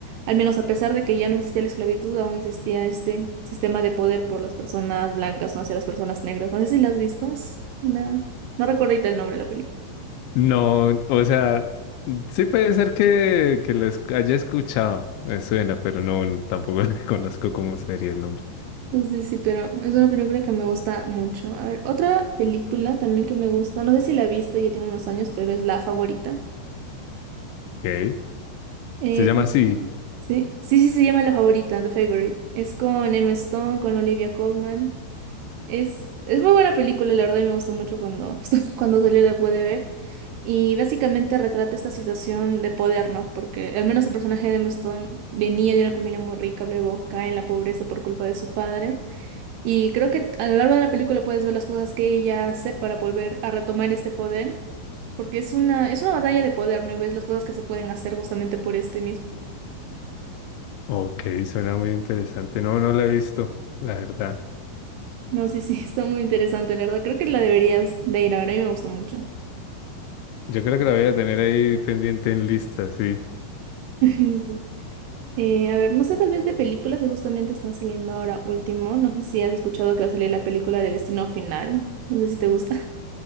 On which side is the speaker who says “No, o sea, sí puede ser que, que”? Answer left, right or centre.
Left